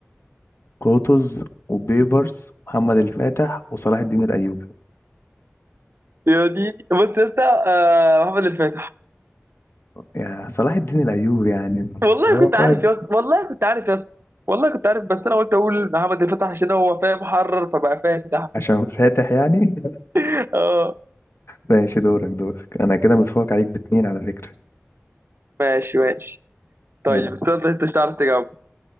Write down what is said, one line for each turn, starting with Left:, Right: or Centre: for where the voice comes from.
Left: قطز وبيبرس محمد الفاتح وصلاح الدين الايوبي
Right: يا ديني بص يا اسطى آه محمد الفاتح
Left: يا صلاح الدين الايوبي يعني
Right: والله
Left: هو
Right: كنت
Left: قائد
Right: عارف يا اسطى والله كنت عارف يا اسطى والله كنت عارف بس انا قلت اقول محمد الفاتح عشان هو فاهم حرر فبقى فاتح
Left: عشان فاتح يعني <laughs>
Right: <laughs> اه
Left: ماشي دورك دورك انا كده متفوق عليك باتنين على فكره
Right: ماشي ماشي طيب
Left: يلا
Right: السؤال ده انت مش هتعرف تجاوبه